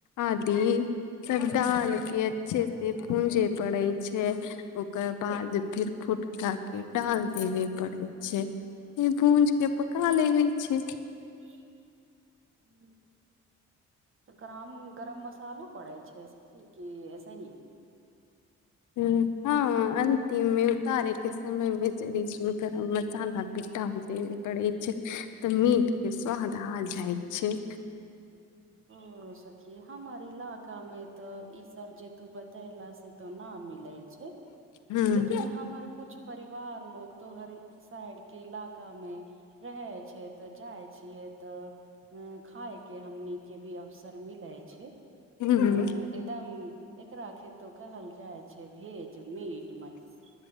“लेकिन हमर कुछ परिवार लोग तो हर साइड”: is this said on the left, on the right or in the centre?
Right